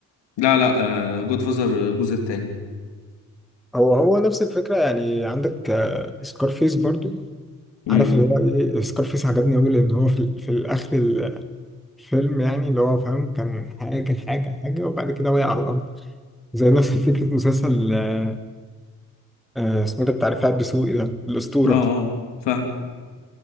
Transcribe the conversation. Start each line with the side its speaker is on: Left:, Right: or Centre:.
Left: لا لا جود فازر الجزء التاني
Centre: هو هو نفس الفكرة يعني عندك آه سكارفيس برضو
Left: امم
Centre: عارف اللي هو ايه سكارفيس عجبني أوي لأن هو في, ال- في الآخر الفيلم يعني اللي هو فاهم كان حاجة حاجة حاجة وبعد كده وقع على الأرض زي نفس فكرة مسلسل آه آه، اسمه ده بتاع رفاعي الدسوقي ده الأسطورة
Left: اه اه فاهم